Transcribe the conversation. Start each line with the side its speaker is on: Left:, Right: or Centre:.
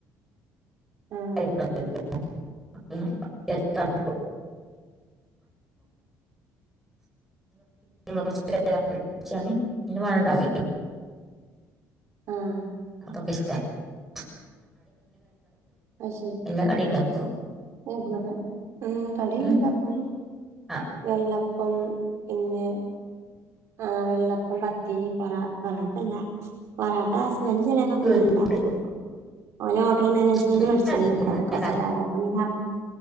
Right: ആഹ്
Centre: <unintelligible> മന കച്ച <unintelligible>
Right: ആഹ്
Centre: അപ്പൊക്കെ ഇഷ്ടാ <unintelligible>
Right: അത് ശരി
Centre: എല്ലാ കടിയും ഉണ്ടാക്കൊ
Right: ഉം കടിയെല്ലോ
Centre: ഉം
Right: ഉണ്ടാക്കും
Centre: ആ
Right: വെള്ളപ്പം പിന്നെ ആഹ് വെള്ളപ്പം പത്തിരി പൊറ പൊറാട്ടല്ല പൊറാട്ട ഹസ്ബിന്റിന് ചില
Centre: അങ്ങനെ
Right: ങ്ങനെ ഉണ്ടാക്യോക്കും ഓലെ ഹോട്ടൽ മാനേജ്മെന്റ്
Centre: എനിക്കറിയില്ല
Right: പഠിച്ചിന്നു
Centre: ഇതിനെക്കുറിച്ചൊക്കെ.
Right: കൊറച്ച് കാലപ്പം